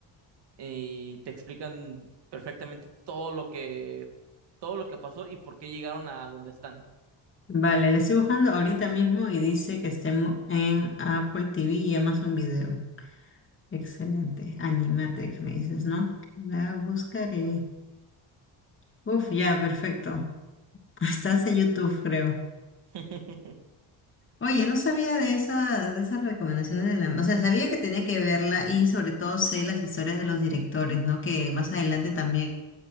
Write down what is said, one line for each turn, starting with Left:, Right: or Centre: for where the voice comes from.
Right: y te explican perfectamente todo lo que, todo lo que pasó y por qué llegaron a donde están.
Left: Vale, le estoy buscando ahorita mismo y dice que estemos en Apple TV y Amazon Video. Excelente. Animatrix, me dices, ¿no? La buscaré. Uf, ya, perfecto. <laughs> Estás en YouTube, creo.
Right: <laughs>
Left: Oye, no sabía de esa, de esas recomendaciones de la... O sea, sabía que tenía que verla y sobre todo sé las historias de los directores, ¿no? Que más adelante también,